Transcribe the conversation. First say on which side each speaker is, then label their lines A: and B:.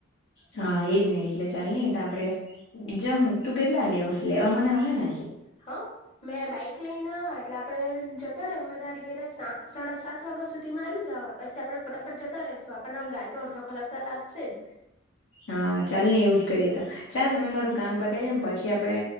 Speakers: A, on the left; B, on the left.
A: હા એજ ને એટલે ચાલની એતો આપડે જહુ તું કેટલા વાગે આવ હે લેવા મને આવ હેને
B: હા મેં બાઈક લઈને આવા એટલે આપણે જતા રેહુ મે તારી ઘરે સા સાડા સાત વાગ્યા સુધીમાં આવી જવા પછી આપણે ફટાફટ જતા રેહશુ આપણને ગાડીમાં અડધો કલાક તો લાગશે જ
A: હા ચાલને એવું જ કરીએ તો ચાલ તમે મારું કામ પતાવી દેમ પછી આપડે